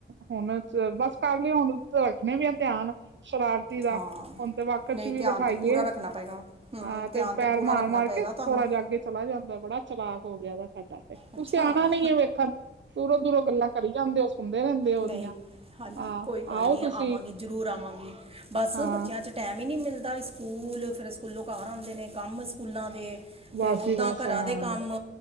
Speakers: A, on the right (about 70°); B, on the right (about 30°).
A: ਹੁਣ ਬਸ ਕਰ ਲਈ ਹੁਣ ਰੱਖਣੇ ਵੀ ਆ ਧਿਆਨ ਸ਼ਰਾਰਤੀ ਦਾ
B: ਹਾਂ
A: ਹੁਣ ਤੇ ਵਾਕਰ
B: ਨਹੀਂ
A: ਚ ਵੀ
B: ਧਿਆਨ
A: ਬਿਠਾਈਏ
B: ਤੇ ਪੂਰਾ ਰੱਖਣਾ ਪਏਗਾ ਹੂੰ
A: ਹਾਂ
B: ਧਿਆਨ
A: ਤੇ ਪੈਰ
B: ਪੂਰਾ
A: ਮਾਰ
B: ਰੱਖਣਾ
A: ਮਾਰ
B: ਪਏਗਾ
A: ਕੇ
B: ਤੁਹਾਨੂੰ
A: ਥੋੜਾ ਜਾ ਅਗੇ, ਚਲਾ ਜਾਂਦਾ ਬੜਾ ਚਲਾਕ ਹੋ ਗਿਆ ਵਾ ਸਾਡਾ ਤੇ, ਤੁ
B: ਅੱਛਾ
A: ਸਿਆਣਾ ਨੀ ਹੈ ਵੇਖਣ ਦੂਰੋਂ ਦੂਰੋਂ ਗੱਲਾਂ ਕਰੀ ਜਾਂਦੇ ਹੋ ਸੁਣਦੇ ਰਹਿੰਦੇ ਹੋ
B: ਨਹੀ,
A: ਉਹਦੀਆਂ
B: ਹਾਂਜੀ
A: ਹਾਂ
B: ਕੋਈ ਗੱਲ
A: ਆਓ
B: ਨਹੀਂ
A: ਤੁਸੀਂ
B: ਆਵਾਂਗੀ ਜ਼ਰੂਰ ਆਵਾਂਗੀ ਬਸ
A: ਹਾਂ
B: ਬੱਚਿਆਂ ਚ ਟੈਮ ਹੀ ਨਹੀਂ ਮਿਲਦਾ ਸਕੂਲ ਫਰ ਸਕੂਲੋ ਘਰ ਆਉਂਦੇ ਨੇ ਕੰਮ ਸਕੂਲਾਂ ਦੇ
A: ਬਸ
B: ਫੇਰ ਓਦਾਂ
A: ਜੀ ਬਸ
B: ਘਰਾਂ
A: ਹਾਂ
B: ਦੇ ਕੰਮ,